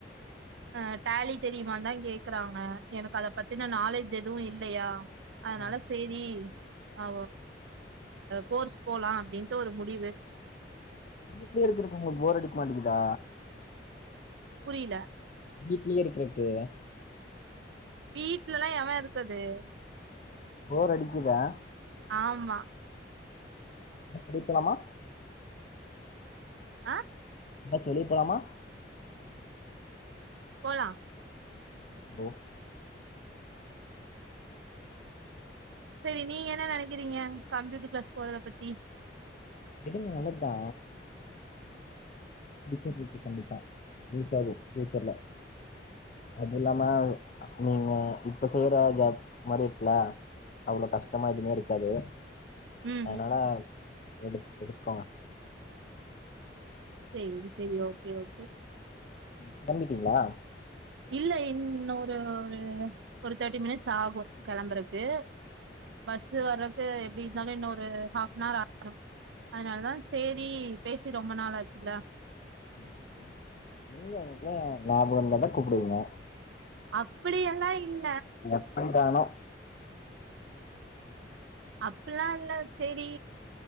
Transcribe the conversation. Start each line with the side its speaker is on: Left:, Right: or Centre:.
Right: அ டலி தெரியுமா தா கேக்குறாங்க எனக்கு அத பத்தினா நாலேஜ் எதுவு இல்லையா அதனால
Left: ஆ
Right: சரி அ கோர்ஸ் போலா அப்படின்ட்டு ஒரு முடிவு
Left: வீட்லயே இருக்கக்கு உங்களுக்கு போர் அடிக்க மாட்டேங்குதா
Right: புரியல
Left: வீட்லயே இருக்கறக்கு
Right: வீட்டு்லல்லா எவ இருக்கது
Left: போர் அடிக்குதா
Right: ஆமா
Left: கேகுதாமா
Right: ஆ
Left: எங்க ஆச்சு வெளிய போலாமா
Right: போலா
Left: போ
Right: சரி நீங்க என்ன நினைக்கிறீங்க கம்ப்யூட்டர் கிளாஸ் போறத பத்தி
Left: விடுங்க நல்லதா பியூட்டர் இருக்கு கண்டிப்பா ரீச் ஆகு பியூச்சர்ல அது இல்லாம நீங்க இப்ப செய்யற ஜாப் மாரி இருக்குல அவ்வளவு கஷ்டமா எதுவுமே இருக்காது
Right: ம்
Left: அதனால
Right: ம்
Left: எடு எடுக்கோங்க
Right: சரி சரி ஓகே ஓகே
Left: கிளம்பிட்டீங்களா
Right: இல்ல இன்னு ஒரு ஒரு ஒரு தேர்ட்டி மினிட்ஸ் ஆகு கெளம்பறக்கு பஸ்ஸு வறக்கு எப்டி இருந்தாலு இன்னு ஒரு ஹாஃப் னார் ஆ <inaudible> ரும் அதனாலதா சேரி பேசி ரொம்ப நாளாச்சுல்ல
Left: எங்க உங்களுகுல்லா ஞாபகோ வந்தா கூப்பிடுவிங்க
Right: அப்படியெல்லா இல்
Left: எப்டிதானோ
Right: அப்பில்லா இல்ல சேரி